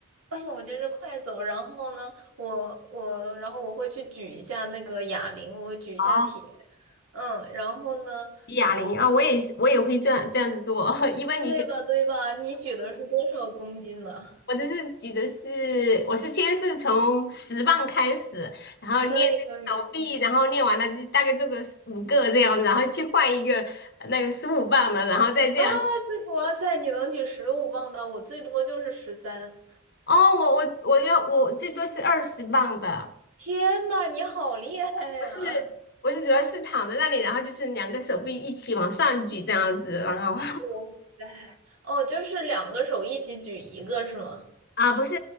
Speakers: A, on the right; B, on the left.
A: <laughs> 我就是快走，然后呢，我我然后我会去举一下那个哑铃，我会举一下铁，
B: 哦，
A: 嗯，然后呢，
B: 哑铃啊，我也是，我也会这样这样子做。<laughs> 一般你前
A: 对吧对吧？你举的是多少公斤的？
B: 我的是举的是，我是先是从十磅开始，然后练手臂，
A: 可以可以
B: 然后练完了就大概做个五个这样，然后去换一个呃那个十五磅的，然后再这样。
A: 啊，对，哇塞，你能举十五磅的，我最多就是十三。
B: 哦，我我我要我最多是二十磅的，
A: 天呐，你好厉害呀！
B: 我是我是主要是躺在那里，然后就是两个手臂一起往上举这样子，然后
A: 哇塞，哦，就是两个手一起举一个是吗？
B: <laughs> 啊不是，